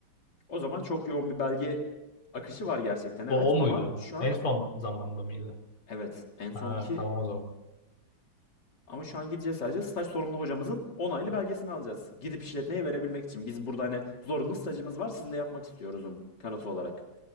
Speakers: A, on the left (about 50°); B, on the left (about 80°).
A: O zaman çok yoğun bir belge akışı var gerçekten evet
B: O, o muydu?
A: ama şu an
B: En son zamanda mıydı?
A: evet en
B: Ha,
A: son ki
B: tamam o zaman.
A: Ama şu an gideceğiz sadece staj sorumlu hocamızın onaylı belgesini alacağız. Gidip işletmeye verebilmek için. Biz burada hani zorunlu stajımız var sizle yapmak istiyoruzun kanıtı olarak.